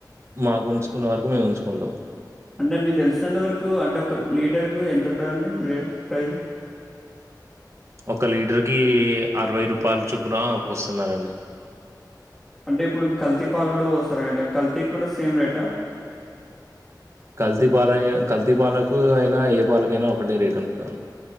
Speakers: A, on the right (about 40°); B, in the centre.
A: మాకు ఉంచుకున్న వరకు మేము ఉంచుకుంటాం
B: అంటే మీరు తెలిసినంత వరకు అంటే ఒక లీటర్ కు ఎంత ఉంటుందండి ప్రైస్
A: ఒక లీటర్ కీ అరవై రూపాయలు చపున పోస్తున్నారండి
B: అంటే ఇప్పుడు కల్తీ పాలు కూడా పోస్తారు కదా అండి కల్తీ కూడా సేమ్ రేటా
A: కల్తీ పాలు కల్తీ పాలకు అయినా ఏ పాలకు అయినా ఒకటే రేట్ ఉంటుందండి